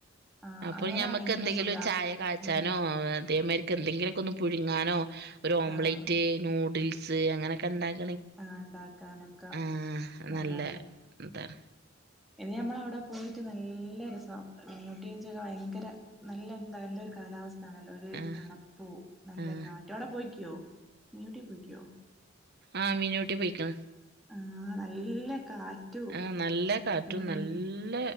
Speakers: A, in the centre; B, on the right (about 55°).
A: ആഹ്
B: അപ്പൊ
A: അങ്ങനാണെങ്കിലും
B: ഞമ്മക്ക് എന്തെങ്കിലും
A: സുഖാ
B: ചായ കാഴ്ച്ചാനോ
A: ഉം
B: അതേമാരിക്ക് എന്തെങ്കിലുമൊക്കെ ഒന്ന് പുഴുങ്ങാനോ ഒരു ഓംലേറ്റ്
A: ആഹ്
B: നൂഡിൽസ് അങ്ങനെയൊക്കെ ഉണ്ടാക്കി
A: ആഹ ഉണ്ടാക്കാനൊക്കെ
B: ആഹ
A: നല്ലതാ
B: നല്ല എന്താണ്
A: ഇനി ഞമ്മള അവിടെ പോയിട്ട് നല്ല രസം മിനിയോ ചൊക്കെ ഭയങ്കര നല്ല എന്താ നല്ലൊ കാലാവസ്ഥ തണല്ലൊരു
B: ആഹ്
A: തണുപ്പൂ നല്ല
B: ആഹ്
A: കാറ്റോടെ പോയിയ്ക്കുവോ മിനിയൂട്ടി പോയിക്കുവോ
B: ആഹ മീനുട്ടി പോയിക്കണ
A: ആ നല്ല കാറ്റു
B: ആ നല്ല കാറ്റും
A: ഉം
B: നല്ല
A: ഉം